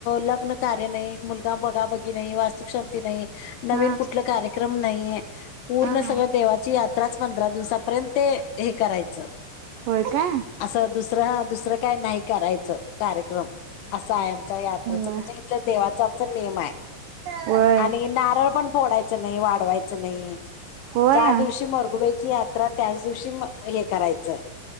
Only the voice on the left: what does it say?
लग्न कार्य नाही मुलगा बगा बगी नाही वास्तुकशांती नाही नवीन
कुठलं कार्यक्रम म नाही पूर्ण
सगळं देवाची यात्राच पंधरा दिवसापर्यंत हे करायचं
असं दुसरं ह दुसरं काही नाही करायचं कार्यक्रम असं आहे आमच्या यात्रेचं
म्हणजे इथल्या देवाचा आमचा नेम आहे
आणि नारळ पण फोडायच नाही वाढवायचं नाही
ज्या दिवशी मरगुबईची यात्रा त्याच दिवशी हे करायचं